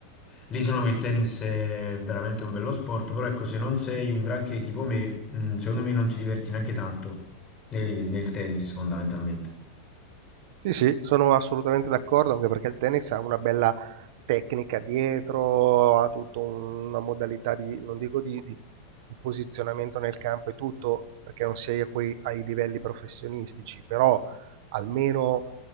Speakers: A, on the left; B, on the right.
A: lì secondo me il tennis è veramente un bello sport. Però ecco, se non sei un granché tipo me, mm, secondo me non ti diverti neanche tanto nel nel tennis, fondamentalmente.
B: Sì, sì, sono assolutamente d'accordo, anche perché il tennis ha una bella tecnica dietro, ha tutta un- una modalità di, non dico di, di- di posizionamento nel campo e tutto, perché non sei a quei, ai livelli professionistici, però almeno